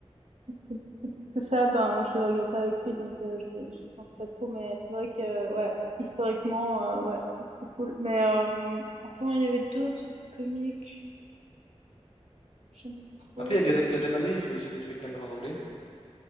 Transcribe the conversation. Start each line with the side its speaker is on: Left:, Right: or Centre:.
Right: tout, ce- tout- tout ça, ben, je le regarde pas avec lui, donc euh, je, je pense pas trop. Mais c'est vrai que, ouais, historiquement, euh, ouais, ça, c'est cool. Mais euh, attends, il y avait d'autres comiques, que j'aimais trop.
Left: Après, il y a Gad,
Right: mais
Left: Gad
Right: je-
Left: Elmaleh, il fait aussi des spectacles en anglais.